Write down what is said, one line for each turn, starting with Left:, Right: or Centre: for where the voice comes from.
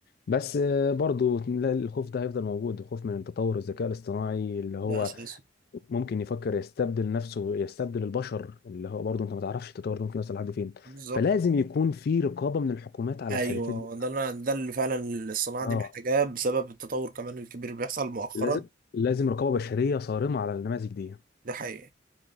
Left: بس آه، برضو لا، الخوف ده هيفضل موجود الخوف من تطور الذكاء الاصطناعي اللي هو
Right: ده اساسي
Left: ممكن يفكر يستبدل نفسه يستبدل البشر اللي هو برضو انت ما تعرفش التطور ده ممكن يوصل لحد فين
Right: بالظبط
Left: فلازم يكون في رقابة من الحكومات على
Right: ايوه
Left: الشركات دي
Right: ده اللي- ده اللي فعلا الصناعه دي
Left: اه
Right: محتاجاه بسبب التطور كمان الكبير اللي بيحصل مؤخرا
Left: لازم لازم رقابة بشرية صارمة على النماذج دي
Right: ده حقيقي